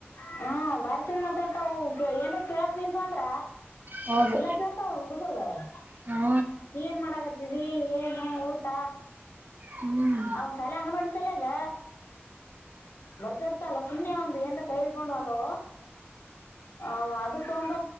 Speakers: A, on the left; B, on the right.
A: ಹಾ ಬಾರಿ ಚಂದ ಮಾತಾಡ್ತಾವು ಏನ್ ಕೇಳಕ್ ನಿಂತು ಅಂದ್ರ.
B: ಹೌದು
A: ಎಲ್ಲಾ ಕೇಳ್ತಾವ ಹುಡುಗರು
B: ಹ.
A: ಏನ್ ಮಾಡಕತ್ತಿದಿ ಏನು ಊಟ.
B: ಹ್ಮ್
A: ಅವ ಸಲೆ ಹಂಗ ಮಾಡೋಡಿ ಸಲೆಗ ಬರ್ತಾರ್ತಲ್ಲ ಸುಮ್ನೆ ಒಂದು. ಎ ಕೈ ಇಡ್ಕೊಂಡ್ ಅಲ್. ಅವ ಅದ ತೊಂಡ